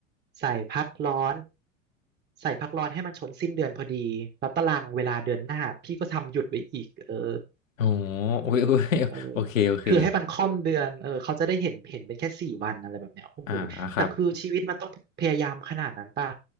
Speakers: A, on the right (about 25°); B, on the left (about 75°).
A: ใส่พักร้อนใส่พักร้อนให้มันชนสิ้นเดือนพอดีแล้วตารางเวลาเดือนหน้าพี่ก็ทำหยุดไว้อีกเออ
B: โอ้โหอุ๊ยอุ๊ย <laughs>
A: เออ
B: โอเคโอเค
A: คือให้มันค่อมเดือนเออเขาจะได้เห็นเห็นเป็นแค่สี่วันอะไรแบบเนี้ยโอ้โหแต่คือชีวิตมันต้องพยายามขนาดนั้นป่ะ
B: อ่าครับ